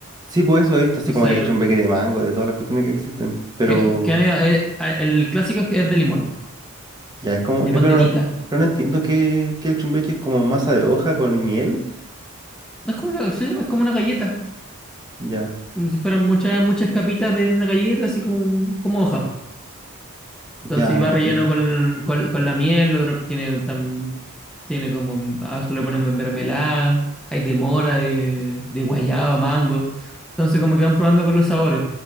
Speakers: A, on the right; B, in the centre.
A: sí, pues eso he visto, así
B: Entonces,
A: como que hay chumbeque de mango, de todas las cuestiones que existen. Pero
B: que, que han- ido- eh, eh, el clásico es, es de limón,
A: ya es como,
B: limón
A: eh, pero
B: de
A: no,
B: pica.
A: pero no entiendo que, que el chumbeque es como masa de hoja con miel.
B: No Es como una, sí, es como una galleta,
A: Ya.
B: como si fueran muchas, muchas capitas de una galleta, así como, como hojas.
A: Ya
B: Entonces, y va
A: entiendo.
B: relleno con, con, con la miel, otro tiene Tiene como, a esto le ponen mermelada, hay de mora, de, de guayaba, mango. Entonces como que van probando con los sabores.